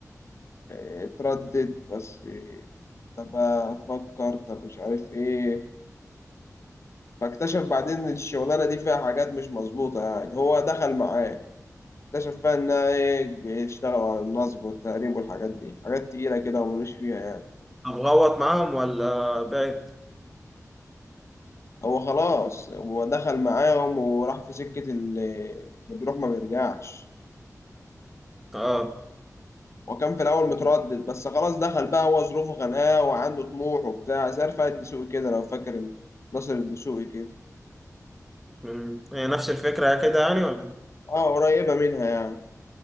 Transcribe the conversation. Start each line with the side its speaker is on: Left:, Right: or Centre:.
Left: آه، اتردد بس آه، طب افكر طب مش عارف ايه فاكتشف بعدين ان الشغلانه دي فيها حاجات مش مظبوطه يعني هو دخل معاه اكتشف فيها انها ايه بيشتغلوا على النصب والتهريب والحاجات دي حاجات تقيله كده وملوش فيها يعني
Centre: ابغوط معاهم ولا بعد
Left: هو خلاص هو دخل معاهم وراح في سكه اللي اللي بيروح ما بيرجعش
Centre: اه
Left: هو كان في الاول متردد بس خلاص دخل بقى هو ظروفه خانقاه وعنده طموح وبتاع زي رفاعي الدسوقي كده لو فاكر ال- ناصر الدسوقي كده
Centre: مم. هي نفس الفكره كده يعني ولا
Left: اه قريبه منها يعني